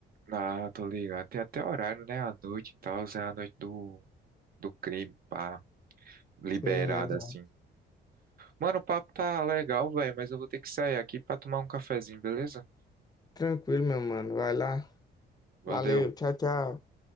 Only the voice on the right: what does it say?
Ah, tô ligado. Tem até horário, né? À noite e tal, é a noite do, do crime, pá, liberada
assim. Mano, o papo tá legal, velho, mas eu vou ter que sair aqui pra tomar um cafezinho, beleza?
Valeu.